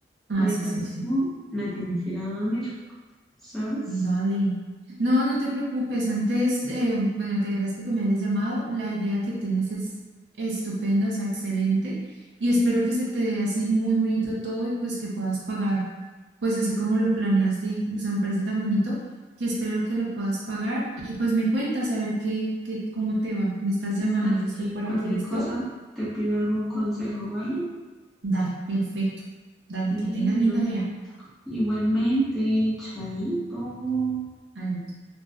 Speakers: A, on the right; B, in the centre.
A: Ah,
B: ahorita
A: sí, sí,
B: mismo
A: sí.
B: me tengo que ir a dormir, ¿sabes?
A: Dale. No, no te preocupes. Antes, eh, bueno, te agradezco que me hayas llamado. La idea que tienes es estupenda, o sea, excelente. Y espero que se te dé así muy bonito todo y pues que puedas pagar, pues así como lo planeaste. y, O sea, me parece tan bonito que espero que lo puedas pagar. Y pues me cuentas a ver qué, qué, cómo te va. Me estás
B: Está
A: llamando, yo estoy
B: bien,
A: por
B: cualquier
A: aquí, ¿listo?
B: cosa, te pido algún consejo, ¿vale?
A: Dale, perfecto. Dale,
B: Bueno,
A: que tengas lindo día.
B: igualmente, chaito.
A: Adiós.